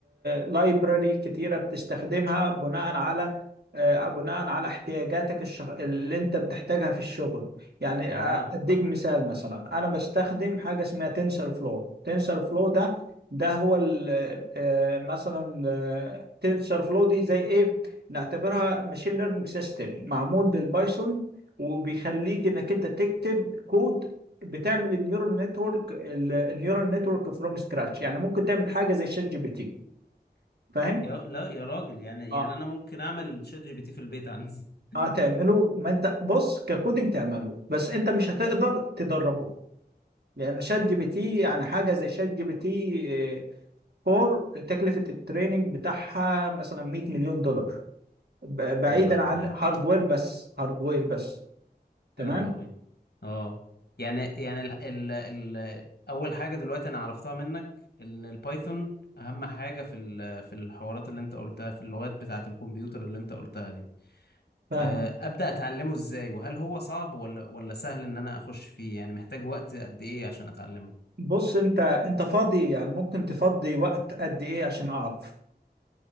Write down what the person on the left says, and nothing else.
تمام
يا لا يا راجل يعني
يعني انا ممكن اعمل شات جي بي تي في البيت عندي <laughs>
يا لهوي
يا لهوي اه يعني يعني ال ال ال اول حاجه دلوقتي انا عرفتها منك ان البايثون اهم حاجه في ال- في الحوارات اللي انت قلتها في اللغات بتاعه الكمبيوتر اللي انت قلتها دي
آه، ابدا اتعلمه ازاي وهل هو صعب ولا ولا سهل ان انا اخش فيه يعني محتاج وقت قد ايه عشان اتعلمه